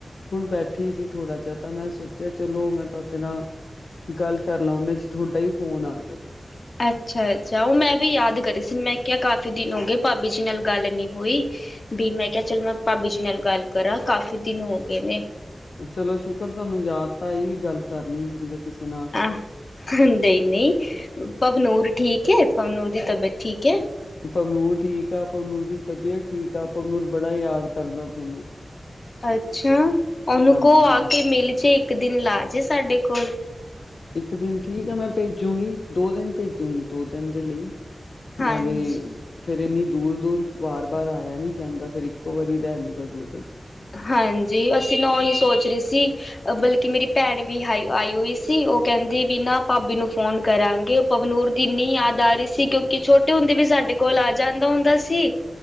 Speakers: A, on the left; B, on the left.
A: ਹੁਣ ਬੈਠੀ ਸੀ ਥੋੜਾ ਜਿਹਾ ਤਾਂ ਮੈ ਸੋਚਿਆ ਚਲੋ ਮੈ ਤੁਹਾਡੇ ਨਾਲ- ਗੱਲ ਕਰ ਲਾਂ ਉਨੇ 'ਚ ਤੁਹਾਡਾ ਹੀ ਫੋਨ ਆ ਗਿਆ-
B: <inaudible> ਅੱਛਾ- ਅੱਛਾ ਉਹ ਮੈਂ ਵੀ ਯਾਦ ਕਰੀ ਸੀ ਮੈ ਕਿਹਾ ਕਾਫੀ ਦਿਨ ਹੋ ਗਏ ਭਾਬੀ ਜੀ ਨਾਲ ਗੱਲ ਨਹੀ ਹੋਈ- ਵੀ ਮੈ ਕਿਹਾ ਚਲ ਮੈਂ ਭਾਬੀ ਜੀ ਨਾਲ ਗੱਲ ਕਰਾਂ ਕਾਫ਼ੀ ਦਿਨ ਹੋ ਗਏ ਨੇ-
A: ਚਲੋ ਸ਼ੁਕਰ ਤੁਹਾਨੂੰ ਯਾਦ ਤਾਂ ਇਹ ਵੀ ਗੱਲ ਕਰ ਲਈ ਹੁੰਦੀ ਹੈ। ਕਿਸੇ ਨਾਲ-
B: ਆਹ ਨਹੀਂ-ਨਹੀਂ ਪਵਨੂਰ ਠੀਕ ਹੈ ਪਵਨੂਰ ਦੀ ਤਬੀਅਤ ਠੀਕ ਹੈ।
A: ਪਵਨੂਰ ਠੀਕ ਆ ਪਵਨੂਰ ਦੀ ਤਬੀਅਤ ਠੀਕ ਆ ਪਵਨੂਰ ਬੜਾ ਯਾਦ ਕਰਦਾ ਤੁਹਾਨੂੰ-
B: ਅੱਛਾ ਉਹਨੂੰ
A: ਹਾਂਜੀ
B: ਕੋ ਆ
A: ਹਾਂਜੀ
B: ਕੇ ਮਿਲ ਜੇ ਇਕ ਦਿਨ ਲਾ ਜੇ ਸਾਡੇ ਕੋਲ-
A: ਇੱਕ ਦਿਨ ਠੀਕ ਆ ਮੈ ਭੇਜੂਗੀ ਦੋ ਦਿਨ ਭੇਜੂਗੀ ਦੋ ਤਿੰਨ ਦੇ ਲਈ-
B: ਹਾਂਜੀ
A: ਨਾਲੇ ਫਿਰ ਇਨੀ ਦੂਰ ਦੂਰ ਵਾਰ ਵਾਰ ਆਇਆ ਨੀ ਜਾਦਾ ਫਿਰ ਇਕੋ ਵਾਰੀ ਰਹਿ ਲੂ ਦੋ ਤਿਨ-
B: ਹਾਂਜੀ ਅਸੀਂ ਓਹੀ ਸੋਚ ਰਹੇ ਸੀ। ਬਲਕਿ ਮੇਰੀ ਭੈਣ ਵੀ ਆਈ ਹੋਈ ਸੀ ਉਹ ਕਹਿਦੀ ਵੀ ਨਾ ਭਾਬੀ ਨੂੰ ਫੋਨ ਕਰਾਗੇ- ਪਵਨੂਰ ਦੀ ਇਨੀ ਯਾਦ ਆ ਰਹੀ ਸੀ ਕਿਉਂਕਿ ਛੋਟੇ ਹੁੰਦੇ ਵੀ ਸਾਡੇ ਕੋਲ ਆ ਜਾਦਾ ਹੁੰਦਾ ਸੀ।